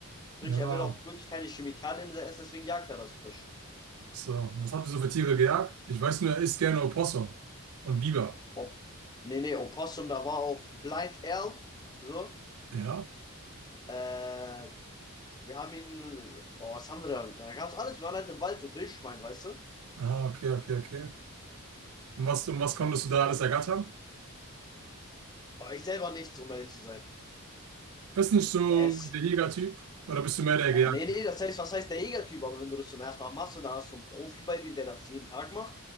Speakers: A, on the left; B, on the right.
A: Sprich,
B: Ja.
A: er will auch wirklich keine Chemikalien in sein Essen, deswegen jagt er das frisch.
B: So, was habt ihr so für Tiere gejagt? Ich weiß nur, er isst gerne Opossum und Biber.
A: Ob, nee, nee, Opossum, da war auch Blind Al, so.
B: Ja?
A: Äh, wir haben ihn, oh, was haben wir da? Da gab's alles. Wir waren halt im Wald, so Wildschwein, weißt du?
B: Ah, okay, okay, okay. Und was, und was konntest du da alles ergattern?
A: Aber ich selber nichts, um ehrlich zu sein.
B: Bist nicht so
A: Der ist,
B: der Jägertyp oder bist du mehr der
A: Ja,
B: Gejagte?
A: nee, nee, das heißt, was heißt der Jägertyp? Aber wenn du das zum ersten Mal machst und da hast du einen Profi bei dir, der das jeden Tag macht,